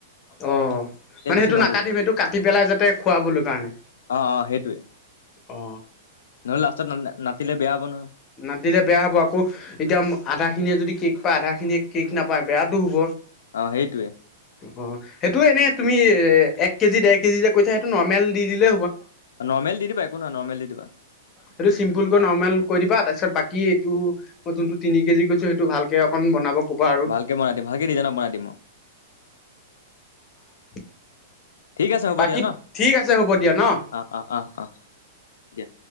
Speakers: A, on the left; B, on the left.
A: অ
B: তেতিয়া
A: মানে
B: বেছি
A: সেইটো
B: ভাল
A: নাকাটিম
B: হ'ব মানে
A: সেইটো কাটি পেলাই যাতে খুৱ বলে কাৰণে
B: অ অ সেইটোৱে
A: অ
B: নহ'লে লাষ্টত ন নাতিলে বেয়া হ'ব নহয়
A: নাতিলে বেয়া হ'ব আকৌ এতিয়া আধা খিনিয়ে যদি কেক পায় আধা খিনিয়ে কেক নাপায় বেয়াাতটো হ'ব
B: অ সেইটোৱে
A: অ সেইটো এনে তুমি এ এক কেজি ডেৰ কেজি যে কৈছা সেইটো নৰ্মেল দি দিলে
B: নৰ্মেল দি দিবা একো নহয় নৰ্মেল দি দিবা
A: সেটো চিমপুল কৈ
B: অ
A: নৰমেল দিবা তাৰপিছত বাকী এইটো মই যোনটো তি কেজি কৈছো সেইটো ভালকে অকন বনাব ক'বা আৰু
B: ভালকে বনাই দিম ভালকে ডিজাইনত বনাই দিম অ
A: অ
B: ঠিক আছে হ'ব
A: বাকী
B: দিয়া ন
A: ঠিক আছে হ'ব দিয়া ন
B: অ অ অ অ দিয়া